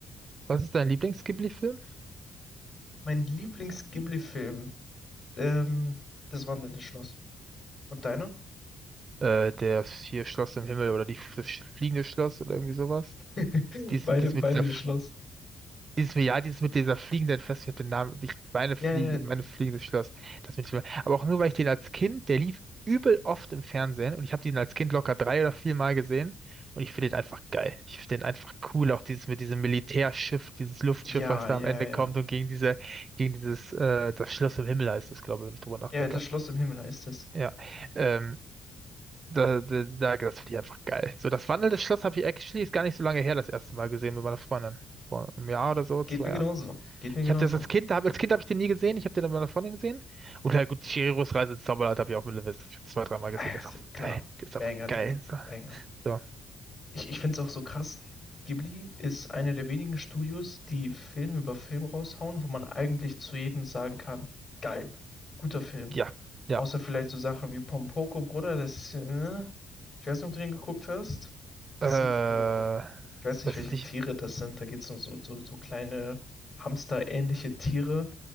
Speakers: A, on the right; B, on the left.
A: Was ist dein Lieblings-Ghibli-Film?
B: Mein Lieblings-Ghibli-Film, ähm, das wandelnde Schloss. Und deiner?
A: Äh, der ist hier Schloss im Himmel oder die, das fliegende Schloss oder irgendwie sowas.
B: <laughs>
A: Dies,
B: beide
A: dies
B: beide bei
A: mit dieser, F-
B: Schloss.
A: Dieses, ja, dieses mit dieser fliegenden Fest, ich hab den Namen, ich meine Fliege,
B: Ja, ja,
A: meine fliegendes Schloss, das mit, aber auch nur, weil ich den als Kind, der lief übel oft im Fernsehen und ich habe den als Kind locker drei oder vier Mal gesehen und ich finde den einfach geil. Ich finde den einfach cool, auch dieses mit diesem Militärschiff, dieses Luftschiff,
B: ja,
A: was da
B: ja,
A: am Ende
B: ja.
A: kommt und gegen diese, gegen dieses, äh, das Schloss im Himmel heißt es, glaube ich, wenn ich drüber nachdenke.
B: Ja, das Schloss im Himmel heißt es.
A: Ja, ähm, da, da, da, das finde ich einfach geil. So, das wandelnde Schloss habe ich actually, ist gar nicht so lange her, das erste Mal gesehen mit meiner Freundin. Vor einem Jahr oder so, zwei
B: Geht mir
A: Jahren.
B: genauso. Geht mir
A: Ich
B: genauso.
A: habe das als Kind, hab, als Kind habe ich den nie gesehen. Ich habe den aber bei einer Freundin gesehen. Und Oder gut, Chihiros Reise ins Zauberland habe ich auch mit Lewis zwei, dreimal gesehen.
B: Ah, ja,
A: Der
B: ist
A: ist einfach
B: ja Klar,
A: geil. Der ist
B: Banger,
A: einfach geil.
B: Digga,
A: So,
B: Banger.
A: so.
B: Ich, ich find's auch so krass. Ghibli ist einer der wenigen Studios, die Film über Film raushauen, wo man eigentlich zu jedem sagen kann, geil, guter Film.
A: ja, ja.
B: Außer vielleicht so Sachen wie Pompoko, Bruder, das ist, äh, ich weiß nicht, ob du den geguckt hast. Das
A: Äh, weiß
B: sind so, ich weiß nicht, welche
A: ich nicht.
B: Tiere das sind. Da geht's um so, so, so kleine Hamster-ähnliche Tiere